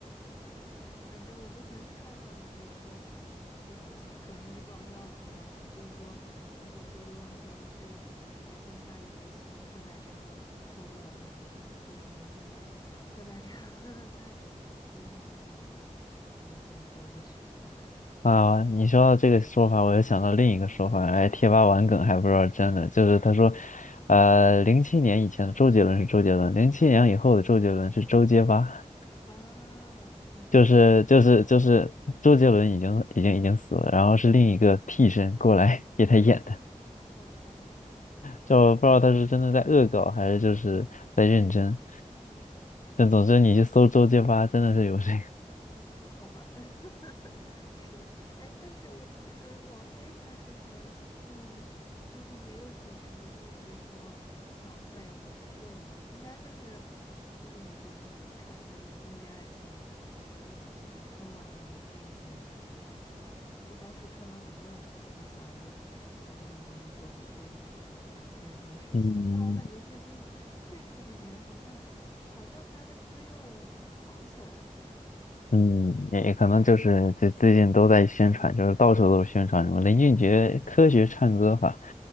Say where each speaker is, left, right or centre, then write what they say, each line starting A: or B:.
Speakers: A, on the left; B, on the left.
A: 反正我之前看到一个说法，一个也可能是搞笑的说法吧，就是说，就说周杰伦回不去，也跟他一直喜欢喝奶茶脱不了关系，就说他现在喝奶茶 <laughs> 喝的太多了，所以他的嗓子已经回不去了。
B: 啊。你说到这个说法，我又想到另一个说法，哎，贴吧玩梗还不知道真的，就是他说，呃，零七年以前的周杰伦是周杰伦，零七年以后的周杰伦是周杰吧，
A: <laughs> 啊，
B: 就是就是就是周杰伦已经已经已经死了，然后是另一个替身过来给他演的。
A: 好吧，好吧，
B: 就我不知道他是真的在恶搞，还是就是在认真。
A: 嗯。
B: 但总之，你去搜周杰吧，真的是有这个。
A: 好吧，<laughs> 是的，哎，但是我记得王菲她之前，嗯，就是也有几年，不是也被说嗓子再也回不去了吗？应该就是，就是你说你你看那个《因为爱情》，呃，就是春晚的那那几年，就是很我我当时看到很多人都说她嗓子嗓子已经回不去，嗯，巅峰时期了。
B: 嗯
A: 但我感觉最近最近几年好像好像她的歌又好起来了。
B: 嗯，也也可能就是这最近都在宣传，就是到处都是宣传什么林俊杰科学唱歌法，